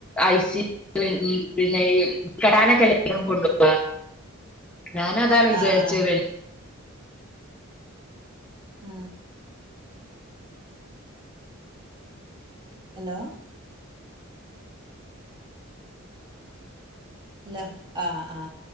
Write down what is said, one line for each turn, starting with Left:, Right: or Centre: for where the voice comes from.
Centre: ഐസി ഉ പിന്നെ ഈ കടാന കലം കൊണ്ടുപോവാ <inaudible> ഞാന് അതാണ് വിചാരിച്ചത്
Right: ആഹ് ആഹ് ആ. ഹലോ. ഹലോ. ആ ആഹ.